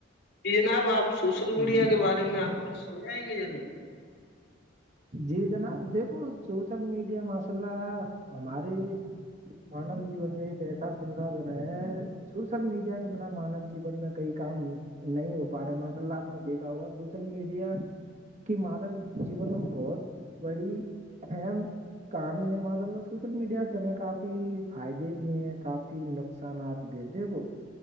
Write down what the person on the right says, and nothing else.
جی
جی جناب دیکھو سوشل میڈیا ماشءلہ ہماریے مانو جیون میں ایک ایسا سساھن ہے سوشل میڈیا کے بنا مانو جین میں کئی کام نہیں ہو پا رہے ماشاء اللہ آپ نے دیکھا ہوگا سوشل میڈیا کہ مانو جیون میں بہت بڑی ام کہانی ہے ماشاء اللہ سوشل میڈیا سے ہمیں کافی فائدے بھی ہیں کافی ن سنات بھید کو